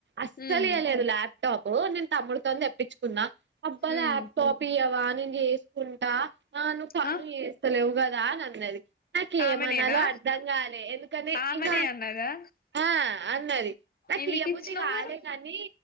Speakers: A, on the right; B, on the left.
A: అస్సలియ్య
B: ఉమ్
A: లేడు లాప్టాప్ నేన్ తమ్ముడ్తో దెప్పిచ్చు కున్నా అబ్బా
B: ఉమ్
A: లాప్ ఓపియ్యవా నేన్ జేస్కుంటా అ నువ్
B: ఆ
A: నువ్వు జేస్తలేవ్ గదా అనన్నది. నాకేమనాలో
B: ఆమెనేనా
A: అర్ధంగాలే ఎందుకనే
B: ఆమెనే
A: ఇగా
B: అన్నదా
A: ఆ అన్నది నాకియ్య
B: ఎందుకు
A: బుద్ధిగాలేగనీ
B: ఇచ్చినావు మరి